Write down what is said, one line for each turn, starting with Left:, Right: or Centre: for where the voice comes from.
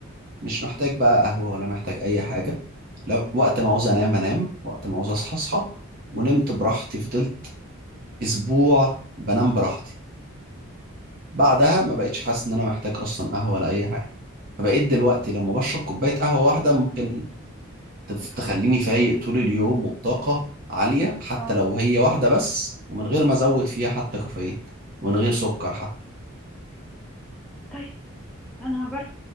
Right: مش محتاج بقى قهوة ولا محتاج أي حاجة لو وقت ما عاوز أنام أنام وقت ما عاوز أصحى أصحى ونمت براحتي فضلت أسبوع بنام براحتي بعدها ما بقتش حاسس إن أنا محتاج أصلا قهوة ولا أي حاجة فبقيت دلوقتي لما بشرب كوباية قهوة واحدة ممكن تف-
Centre: تفهم
Right: تخليني فايق طول اليوم وبطاقة عالية حتى
Centre: اه
Right: لو هي واحدة بس ومن غير ما أزود فيها حتى كافيين ومن غير سكر حتى
Centre: طيب انا هجرب